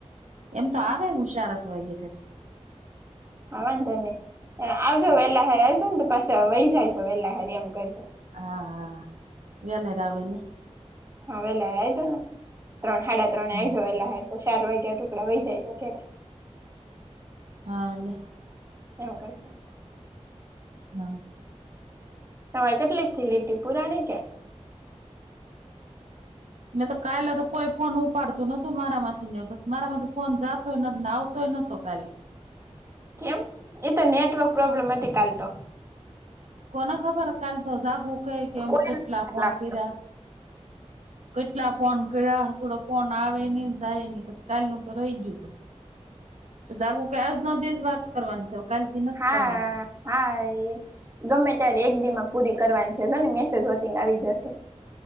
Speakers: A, on the right; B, on the right.
A: એમ તો આવે હું શારક વાગે ઠેક
B: હા વાંધો નહી આવજો વેલા હેર આવજો ને તો પાછ વહી જાયજો વેલા હેર એમ કરજો.
A: હા હા વેલરા આવે ને.
B: હા વેહલા આ આવીજો ને ત્રણ હાડા ત્રણ
A: હમ
B: આયજો વેલા હ તો ચાર વાગ્યા ટુકડા વહી જાયજો ઘેરે.
A: હાલે
B: એવું કરજો.
A: હા
B: તમારે કેટલીક થી લીટી પુરાણી કે.
A: મેં તો કાલે તો કોઈ ફોન ઉપાડતું નતુ મારા માંથી ને બસ મારા માંથી ફોન જાતો નથી ને આવ તો ન તો કાલે
B: એમ એતો નેટવર્ક પ્રોબ્લેમ હતી કાલ તો.
A: કોને ખબર કાલ તો જાગું કહે કે
B: કોઈ
A: કેટલા ફોન
B: લાગતો
A: કર્યા કેટલા ફોન કર્યા થોડો ફોન આવે નહી જાય નહી કાલ નું તો રહી ગયું હતું.
B: <unintelligible>
A: જાગું કે આજ નો દી જ વાત કરવાની છે. કાલ થી નથી
B: હા
A: કરવાની
B: હા એ ગમે ત્યારે એક દી માં પૂરી કરવાની છે ને મેસેજ વટિંગ આવી જશે